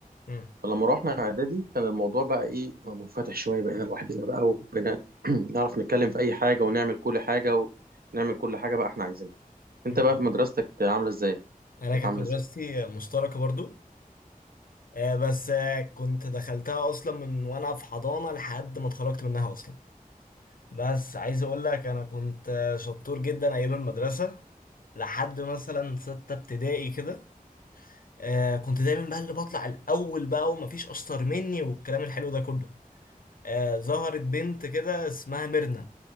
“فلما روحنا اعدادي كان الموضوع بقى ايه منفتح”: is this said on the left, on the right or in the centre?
Right